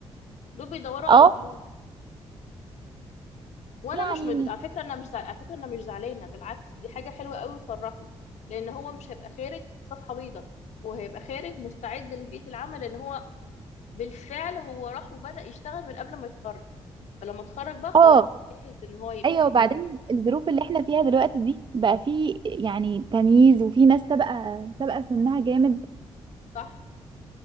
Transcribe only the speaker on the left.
دول بيدوروا
على الفلوس وانا
مش مد...
على فكره انا مش زعل... على فكره انا مش زعلانه بالعكس دي حاجه حلوه قوي وتفرحني لان هو مش هيبقى خارج صفحه بيضاء هو هيبقى خارج مستعد لبيئه العمل لان هو بالفعل هو راح وبدأ يشتغل من قبل ما يتخرج فلما اتخرج بقى خلاص
هو جاهز ان هو يبدأ
صح